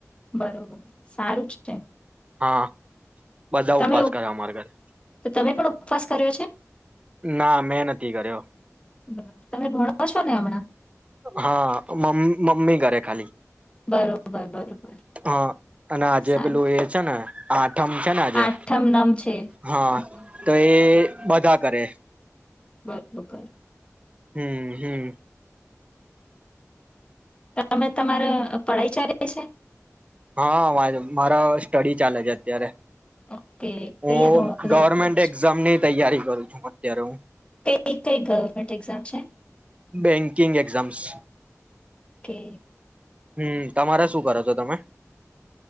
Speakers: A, on the left; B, on the right.
A: બરોબર સારું જ છે,
B: હા બધા
A: તમે
B: ઉપવાસ
A: ઈ
B: કરે અમારે ઘરે
A: તમે પણ ઉપવાસ કર્યો છે?
B: ના મેં નથી કર્યો
A: બરોબર તમે ભણો છો ને હમણાં
B: હા મ મમ્મી કરે. ખાલી.
A: બરોબર બરોબર.
B: હા અને આજે
A: સારું
B: પેલું એ છે ને આઠમ છે ને આજે
A: આઠમ નમ છે હમ,
B: હા તો એ બધા કરે.
A: બરોબર.
B: હમ્મ હમ્મ.
A: અમે તમારે પઢાઈ ચાલી છે.
B: હા મારે મારા સ્ટડી ચાલે છે અત્યારે.
A: ઓકે
B: હું
A: કયા ધોરણમાં
B: ગવર્મેન્ટ
A: છો
B: એક્ઝામની તૈયારી કરું છું. ત્યારૂ
A: ક કઈ ગવર્મેન્ટન્ટ એક્ઝામ્ છે.
B: બેંકિંગ એક્ઝામ્સ
A: કે
B: હમ્મ તમારે શું કરો છો તમે?